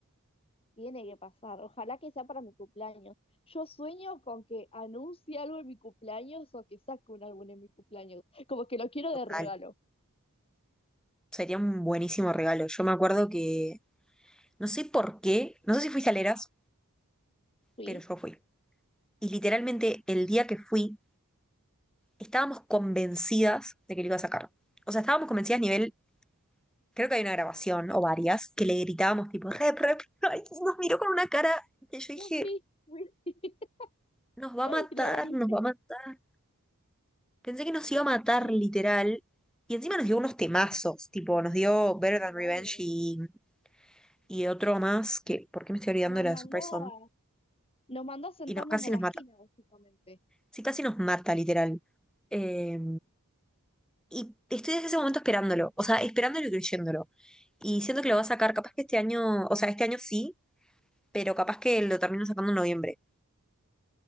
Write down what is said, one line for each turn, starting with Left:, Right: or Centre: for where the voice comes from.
Left: Tiene que pasar, ojalá que sea para mi cumpleaños. Yo sueño con que anuncie algo en mi cumpleaños o que saque un álbum en mi cumpleaños, como que lo quiero
Centre: total.
Left: de regalo.
Centre: Sería un buenísimo regalo. Yo me acuerdo que, no sé por qué, no sé si fuiste a Leras,
Left: Fui,
Centre: pero yo fui. Y literalmente el día que fui, estábamos convencidas de que lo iba a sacar. O sea, estábamos convencidas a nivel creo que hay una grabación o varias, que le gritábamos tipo, rep, rep, <laughs> ay, nos miró con una cara que yo dije,
Left: yo fui, fui.
Centre: nos va
Left: <laughs>
Centre: a matar,
Left: Y la abriste,
Centre: nos va a matar. Pensé que nos iba a matar
Left: y
Centre: literal. Y encima nos dio unos temazos, tipo, nos dio Better Than
Left: claro,
Centre: Revenge y, y otro más, que, ¿por qué me estoy olvidando
Left: nos
Centre: de la
Left: mandó
Centre: de Surprise
Left: a,
Centre: Song?
Left: nos mandó a sentarnos
Centre: Y no, casi
Left: a la
Centre: nos mata.
Left: esquina, básicamente.
Centre: Sí, casi nos mata, literal. Eh, y estoy desde ese momento esperándolo, o sea, esperándolo y creyéndolo. Y siento que lo va a sacar, capaz que este año, o sea, este año sí, pero capaz que lo termino sacando en noviembre.